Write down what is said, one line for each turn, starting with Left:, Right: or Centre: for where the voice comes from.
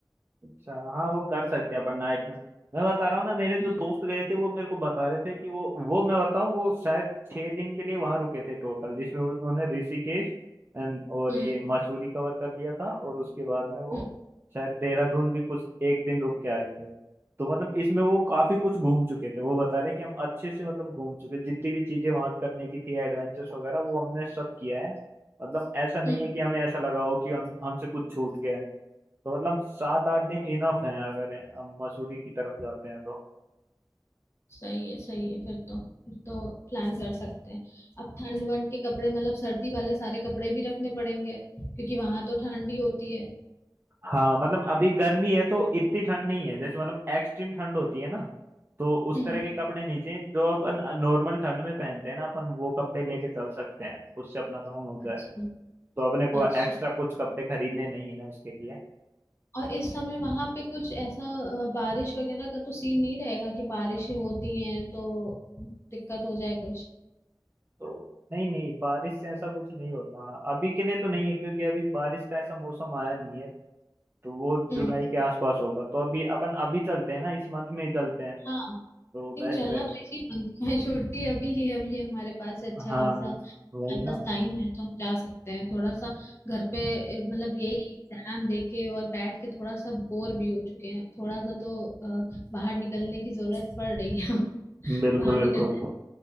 Right: अच्छा हाँ वो कर सकते हैं अपन नाइट में मैं बता रहा हूँ ना मेरे जो
Left: हम्म
Right: दोस्त गए थे वो मेरे को बता रहे थे कि वो वो मैं बताऊँ वो शायद छह दिन के लिए वहां रुके थे टोटल जिसमें उन्होंने ऋषिकेश and- और
Left: हम्म
Right: ये मसूरी कवर कर लिया था और उसके बाद में वो
Left: हम्म
Right: शायद देहरादून भी कुछ एक दिन रुक के आए थे तो मतलब इसमें वो काफी कुछ घूम चुके थे वो बता रहे कि हम अच्छे से मतलब घूम चुके जितनी भी चीजें वहां करने की थी एडवेंचर्स वगैरह वो हमने सब किया है मतलब ऐसा नहीं
Left: हम्म
Right: है कि हमें ऐसा लगा हो कि हम हमसे कुछ छूट गया है तो मतलब सात आठ दिन इनफ है अगर हम मसूरी की तरफ जाते हैं तो
Left: सही है सही है फिर तो फिर तो प्लान कर सकते हैं अब ठंड वंड के कपड़े मतलब सर्दी वाले सारे कपड़े भी रखने पड़ेंगे क्योंकि वहां तो ठंड ही होती है
Right: हाँ मतलब अभी गर्मी है तो इतनी ठंड नहीं है जैसे मतलब एक्सट्रीम ठंड होती है ना तो उस
Left: हम्म
Right: तरह के कपड़े नहीं चाहिए जो अपन नॉर्मल ठंड में पहनते हैं ना अपन वो कपड़े लेके चल सकते हैं उससे अपना काम हो जाएगा
Left: अच्छा
Right: तो अपने को
Left: अच्छा
Right: एक्स्ट्रा कुछ कपड़े खरीदने नहीं है उसके लिए
Left: और इस समय वहां पे कुछ ऐसा अ, बारिश वगैरह का तो सीन नहीं रहेगा कि बारिशें होती हैं तो दिक्कत हो जाए कुछ
Right: तो नहीं नहीं बारिश से ऐसा कुछ नहीं होता अभी के लिए तो नहीं है क्योंकि अभी बारिश का ऐसा मौसम आया नहीं है तो वो
Left: हम्म
Right: जुलाई के आसपास होगा तो अभी अपन अभी चलते हैं ना इस मंथ में ही चलते हैं
Left: हाँ
Right: तो वो
Left: नहीं
Right: बेस्ट
Left: चलना
Right: रहेगा
Left: तो इसी मंथ में है, छुट्टी अभी है अभी हमारे पास है अच्छा
Right: हाँ
Left: खासा हमारे
Right: वही
Left: पास
Right: ना
Left: टाइम है तो हम जा सकते हैं थोड़ा सा घर पे ए, मतलब यही एग्जाम दे के और बैठ के थोड़ा सा बोर भी हो चुके हैं थोड़ा सा तो अ, बाहर निकलने की जरूरत पड़ रही है <laughs>
Right: बिल्कुल
Left: बाहर निकलना
Right: बिल्कुल
Left: है।